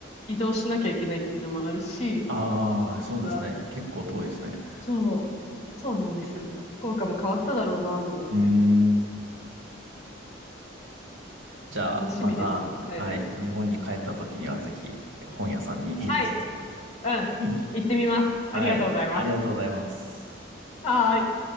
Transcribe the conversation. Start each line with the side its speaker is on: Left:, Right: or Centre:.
Left: 移動しなきゃいけないっていうのもあるし、
Right: ああ、
Left: なんか、
Right: そうですね。結構遠いですね。
Left: そう、そうなんです。福岡も変わっただろうなと思って。
Right: うん。じゃあ、
Left: 楽しみです、
Right: また、
Left: でも帰るの。
Right: はい、日本に帰った時にはぜひ本屋さんに <laughs>
Left: はい、うん、
Right: <laughs>
Left: 行ってみます。ありがとうございます。
Right: はい。ありがとうございます。
Left: はーい。